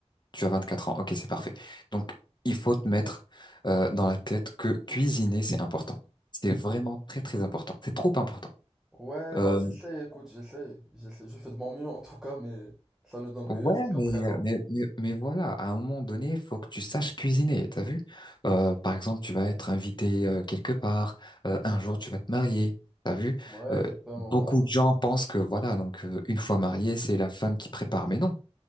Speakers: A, on the left; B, in the centre.
A: Tu as 24 ans. Ok, c'est parfait. Donc, il faut te mettre euh, dans la tête que cuisiner, c'est important. C'est vraiment très très important. C'est trop important.
B: Ouais,
A: Euh,
B: bah, j'essaie, écoute, j'essaie, j'essaie, je fais de mon mieux en tout cas, mais ça ne donne rien
A: ouais,
B: jusqu'à
A: mais,
B: présent.
A: mais, mais, mais voilà, à un moment donné, il faut que tu saches cuisiner, t'as vu? Euh, par exemple, tu vas être invité euh, quelque part, euh, un jour tu vas te marier, t'as vu?
B: Ouais,
A: Euh,
B: exactement,
A: beaucoup
B: voilà.
A: de gens pensent que voilà, donc euh, une fois marié, c'est la femme qui prépare. Mais non,